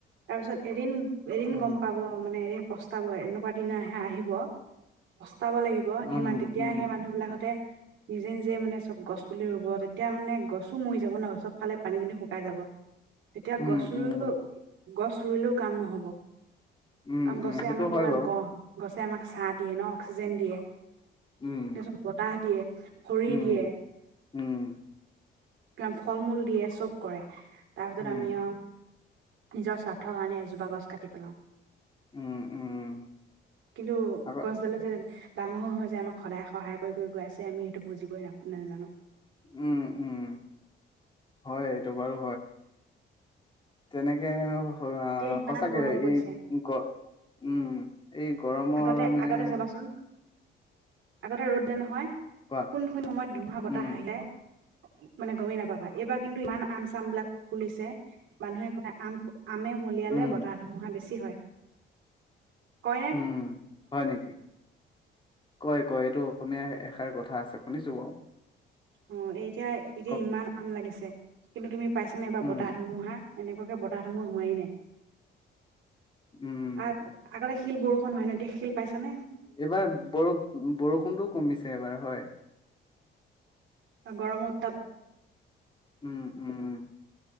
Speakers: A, on the right; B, on the left.
A: তাৰপিছত এদিন এদিন
B: অ
A: গম পাব মানে এৰি পস্তাব এনেকুৱা দিনাহে আহিব পাব লাগিব সিমান
B: উম
A: তেতিয়াহে
B: উম
A: মানুহ বিলাকৰ তে নিজে নিজে মানে চব গছ পুলি ৰুব তেতিয়া মানে গছো মৰি যাব ন' চবফালে পানী দিলে শুকাই যাব। তেতিয়া
B: উম,
A: গছ
B: উম,
A: ৰু গছ, চুৰিলেও কাম নহ'ব,
B: উম,
A: কাৰন গছে
B: উম, সেইটো
A: আমাক কিমান
B: হয় বাৰু।
A: ক গছে আমাক, চাহ দিয়ে ন অক্সিজেন দিয়ে।
B: উম,
A: তাপিছত বতাহ দিয়ে খৰি
B: উম,
A: দিয়ে
B: উম,
A: কিমান ফল মূল দিয়ে চব। কৰে তাৰপিছত
B: উম,
A: আমি ও নিজৰ স্বাৰ্থ কাৰণে এজ গছ কাটি পেলাওঁ,
B: উম, উম,
A: কিন্তু
B: আকৌ
A: গছডালে যে, ডাঙৰ হৈ হৈছে যে আমাক সদায় সহায় কৰি কৰি গৈ আছে আমি সেইটো বুজিবই না প নাজানো।
B: উম উম হয় এইটো বাৰু তেনেকেও, আ
A: এতিয়া ইমান
B: সঁচাকে
A: গৰম পৰিছে
B: এই গ উম এই গৰমৰ
A: আগতে
B: মানে,
A: আগতে চাবাচোন আগতে ৰ'দ দিলে নহয়।
B: কোৱা
A: কোন কোন সময়ত ধুমুহা বতাহ
B: উম,
A: আহিলে। মানে গমেই নাপাবা এইবাৰ কিন্তু ইমান আম চাম বিলাক ফুলিছে মানুহে কয় আম আমে মলিয়ালে
B: উম,
A: বতাহ ধুমুহা বেছি, কই
B: উম হয় নেকি কয় কয় এইটো অসমীয়া, কথা আছে শুনিছো বাৰু
A: অ', এই এতিয়া, এতিয়া
B: কওক
A: ইমান আম লাগিছে। <unintelligible> কিন্তু তুমি পাইছা নাই এইবা
B: উম,
A: বতাহ ধুমুহা? এনেকুৱাকে বতাহ ধুমুহা হোৱাই নাই।
B: উম,
A: আ, আগতে শিল বৰষুণ হয় ন এতিয়া শিল পাইছা নে?
B: এইবাৰ বৰ-বৰষুণটোও কমিছে, এইবাৰ হয়।
A: গৰমত।
B: উম, উম।